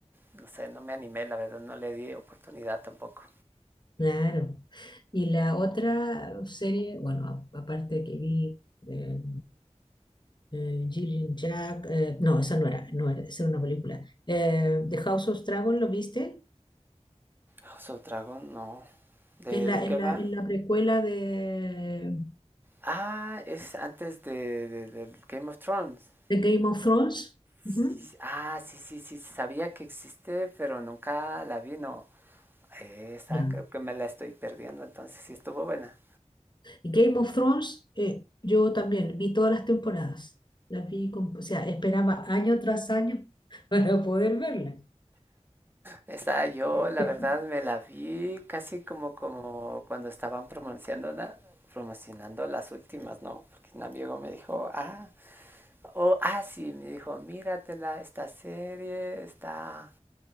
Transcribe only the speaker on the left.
Claro. Y la otra serie, bueno, a- aparte que vi. eh, eh, Jill Jack, eh, no, esa no era, no era, esa era una película. Eh, The House of Dragon, ¿lo viste?
Que es la,
es la,
es la precuela de,
de Game of Thrones.
Ujú.
Ya.
Y Game of Thrones, eh, yo también vi todas las temporadas. Las vi, con- o sea, esperaba año tras año <laughs> para poder verla.
<laughs>